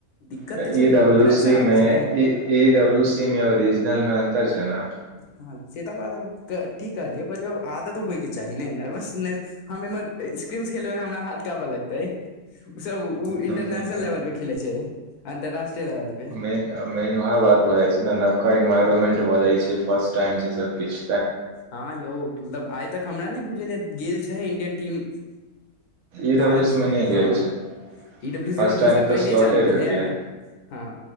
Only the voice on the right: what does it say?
तऽ
इ
डब्लू
सी
मे
ई ई डब्लू सी मे ओरिजिनल मे अन्तर छै न
हूँ
हूँ हूँ
मेन मेन वहै बात भऽ जाइ छै ने नवका एन्वायरमेंट भऽ जाइ छै फर्स्ट टाइम छै सब किछ
E
W C मे नहि गेल
छै
फर्स्ट
टाइम
तऽ
स्लॉटे
भेटलै